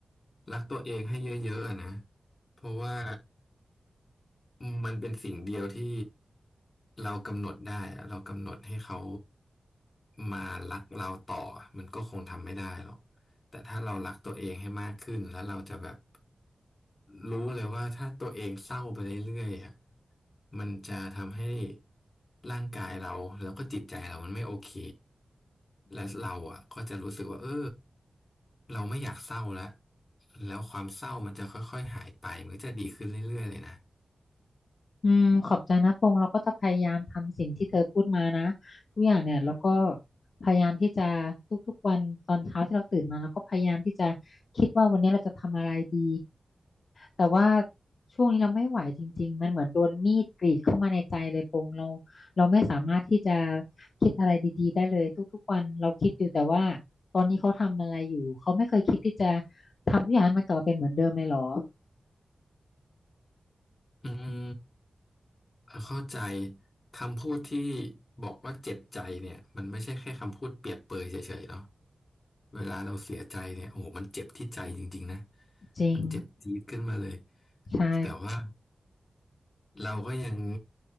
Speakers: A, on the left; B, on the left.
A: รักตัวเองให้เยอะๆอะนะเพราะว่า อืมมันเป็นสิ่งเดียวที่เรากำหนดได้อะเรากำหนดให้เขามารักเราต่อมันก็คงทำไม่ได้หรอกแต่ถ้าเรารักตัวเองให้มากขึ้นแล้วเราจะแบบรู้เลยว่าถ้าตัวเองเศร้าไปเรื่อยๆอะมันจะทำให้ร่างกายเราแล้วก็จิตใจเรามันไม่โอเคและเราอ่ะก็จะรู้สึกว่าเออเราไม่อยากเศร้าแล้วแล้วความเศร้ามันจะค่อยๆหายไปมันก็จะดีขึ้นเรื่อยๆเลยนะ
B: อืมขอบใจนะพงษ์เราก็จะพยายามทำสิ่งที่เธอพูดมานะทุกอย่างเนี่ยเราก็พยายามที่จะทุกๆวันตอนเช้าที่เราตื่นมาเราก็พยายามที่จะคิดว่าวันนี้เราจะทำอะไรดีแต่ว่าช่วงนี้เราไม่ไหวจริงๆมันเหมือนโดนมีดกรีดเข้ามาในใจเลยพงษ์เราเราไม่สามารถที่จะคิดอะไรดีๆได้เลยทุกๆวันเราคิดอยู่แต่ว่าตอนนี้เขาทำอะไรอยู่เขาไม่เคยคิดที่จะทำทุกอย่างให้มันกลับมาเป็นเหมือนเดิมเลยเหรอ
A: อืมเข้าใจคำพูดที่บอกว่าเจ็บใจเนี่ยมันไม่ใช่แค่คำพูดเปรียบเปรยเฉยๆเนาะเวลาเราเสียใจเนี่ยโอ้โหมันเจ็บที่ใจจริงๆนะ
B: จริง
A: มันเจ็บจี๊ดขึ้นมาเลย
B: ใช่
A: แต่ว่า เราก็ยัง